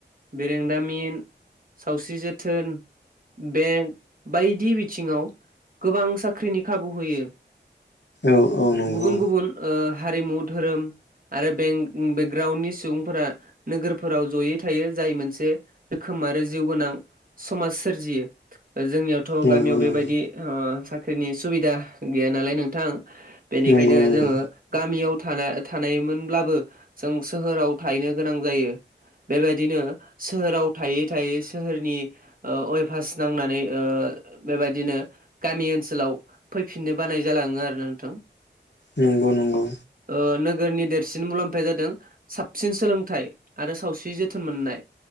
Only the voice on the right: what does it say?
बेरेंदामिन सावस्रि जोथोन बेंक बायदि बिथिङाव गोबां साख्रिनि खाबु होयो।
गुबुन गुबुन ओ हारिमु धोरोम आरो बें ओ बेकग्राउनि सुबुंफोरा नोगोरफोराव जयै थायो जाय मोनसे रोखोम आरो जिउ गोनां समाज सोरजियो। ओ जोंनियावथ'
गामियाव
बेबायदि ओ साख्रिनि सुबिदा गैया नालाय नोंथां बेनिखायनो
जोङो गामियाव थाना थानायमोनब्लाबो जों सोहोराव थाहैनो गोनां जायो। बेबायदिनो सोहोराव थायै थायै सोहोरनि ओ अइभास नांनानै ओ ओ बेबायदिनो गामि ओनसोलाव फैफिननो बानाय जालाङो आरोना नोंथां।
ओ नोगोरनि देरसिन मुलाम्फाया जादों साबसिन सोलोंथाइ आरो सावस्रि जोथोन मोननाय